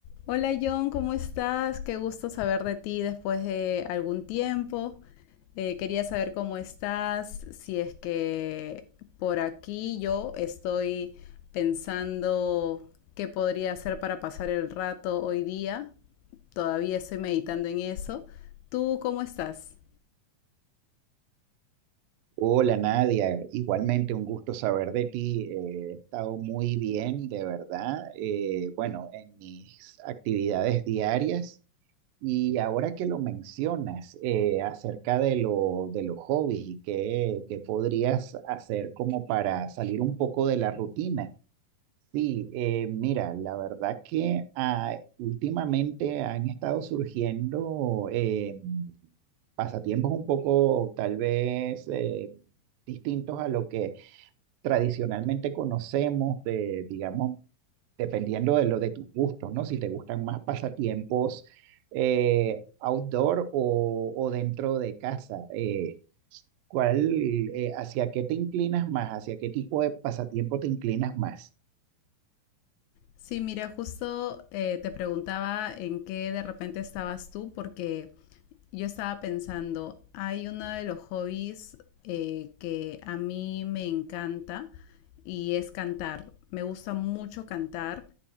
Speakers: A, on the left; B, on the right.
A: Hola John, ¿cómo estás? Qué gusto saber de ti después de algún tiempo. Eh, quería saber cómo estás, si es que por aquí yo estoy pensando qué podría hacer para pasar el rato hoy día. Todavía estoy meditando en eso. ¿Tú cómo estás?
B: Hola Nadia, igualmente un gusto saber de ti. eh, he estado muy bien, de verdad. eh, bueno, en mis actividades diarias y ahora que lo mencionas eh, acerca de lo, de los hobbies y qué, qué podrías hacer como para salir un poco de la rutina. Sí, eh, mira, la verdad que ah, últimamente han estado surgiendo eh, pasatiempos un poco tal vez eh, distintos a lo que tradicionalmente conocemos de, digamos, dependiendo de lo de tus gustos, ¿no? Si te gustan más pasatiempos eh, outdoor o, o dentro de casa. eh, ¿cuál, eh, hacia qué te inclinas más? ¿Hacia qué tipo de pasatiempo te inclinas más?
A: Sí, mira, justo eh, te preguntaba en qué de repente estabas tú, porque yo estaba pensando, hay uno de los hobbies eh, que a mí me encanta y es cantar. Me gusta mucho cantar